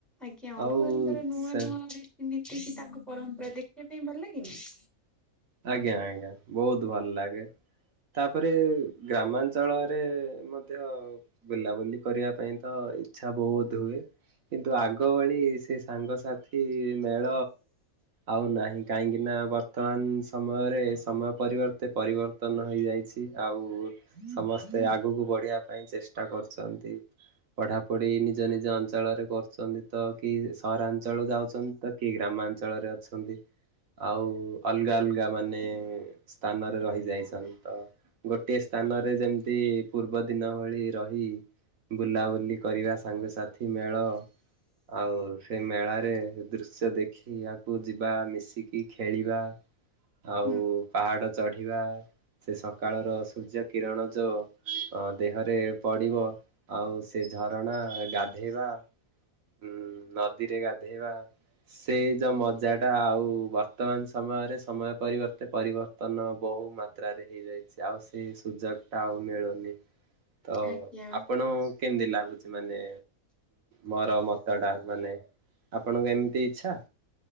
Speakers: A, in the centre; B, on the right (about 70°).
A: ଆଜ୍ଞା ଅଲଗା
B: ଆଉ
A: ଅଲଗା ର ନୂଆ
B: ସେ
A: ନୂଆ ମାନେ ପିନ୍ଧି <inaudible> ଏତିକି ତାଙ୍କ ପରମ୍ପରା ଦେଖିବା ପାଇଁ ଭଲ ଲାଗେନି <inaudible>
B: ଆଜ୍ଞା ଆଜ୍ଞା ବହୁତ ଭଲ ଲାଗେ। ତାପରେ ଗ୍ରାମାଞ୍ଚଳରେ ମଧ୍ୟ ବୁଲାବୁଲି କରିବା ପାଇଁ ତ ଇଛା ବହୁତ ହୁଏ। କିନ୍ତୁ ଆଗ ଭଳି ସେ ସାଙ୍ଗସାଥି ମେଳ ଆଉ ନାହିଁ କାହିଁକି ନା ବର୍ତ୍ତମାନ ସମୟରେ ସମୟ ପରିବର୍ତ୍ତେ ପରିବର୍ତ୍ତନ ହେଇଯାଇଛି ଆଉ <inaudible> ସମସ୍ତେ ଆଗକୁ ପଢିବା ପାଇଁ ଚେଷ୍ଟା କରୁଚନ୍ତି। ପଢାପଢି ନିଜ ନିଜ ଅଞ୍ଚଳରେ କରୁଚନ୍ତି ତ କି ସହରାଞ୍ଚଳ ଯାଉଚନ୍ତି ତ କିଏ ଗ୍ରାମ ଗ୍ରାମାଞ୍ଚଳରେ ଅଛନ୍ତି ଆଉ ଅଲଗା ଅଲଗା ମାନେ ସ୍ଥାନରେ ରହି ଯାଇଛନ୍ତି ତ ଗୋଟିଏ ସ୍ଥାନରେ ଯେମିତି ପୂର୍ବ ଦି ଦିନ ଭଳି ରହି ବୁଲାବୁଲି କରିବା ସାଙ୍ଗସାଥି ମେଳ ଆଉ ସେ ମେଳା ରେ ଦୃଶ୍ୟ ଦେଖି ଆକୁ ଯିବା ମିଶିକି ଖେଳିବା ଆଉ
A: ହୁଁ,
B: ପାହାଡ ଚଢ଼ିବା ସେ ସକାଳର ସୂର୍ଯ୍ୟ କିରଣ ଯେଉଁ ଦେହରେ ପଡ଼ିବ। ଆଉ ସେ ଝରଣା ଗାଧେଇବା ହୁଁ ନଦୀରେ ଗାଧେଇବା ସେ ଯୋଉଁ ମଜା ଟା ଆଉ ବର୍ତ୍ତମାନ ସମୟରେ ସମୟ ପରିବର୍ତ୍ତେ ପରିବର୍ତ୍ତନ ବହୁତ ବୋହୁ ମାତ୍ରାରେ ହେଇଯାଇଛି। ଆଉ ସେଇ ସୁଯୋଗ ଟା ଆଉ ମିଳୁନି। ତ
A: ଆଜ୍ଞା
B: ଆପଣ କେମିତି ଲାଗୁଛି ମାନେ ମୋର ମତଟା ମାନେ ଆପଣଙ୍କୁ ଏମିତି ଇଚ୍ଛା